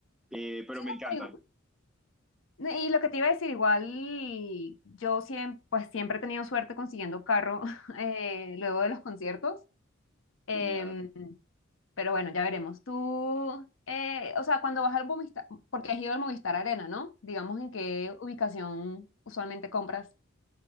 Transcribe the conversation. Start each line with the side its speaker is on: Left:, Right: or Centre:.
Centre: Eh, pero
Left: Sí,
Centre: me encanta,
Left: no, No, Y lo que te iba a decir, igual yo siempre, pues siempre he tenido suerte consiguiendo carro <laughs> eh, luego de los conciertos, em,
Centre: Genial.
Left: pero bueno, ya veremos. Tú, eh, o sea, cuando vas al Movistar, porque has ido al Movistar Arena, ¿no? Digamos en qué ubicación usualmente compras.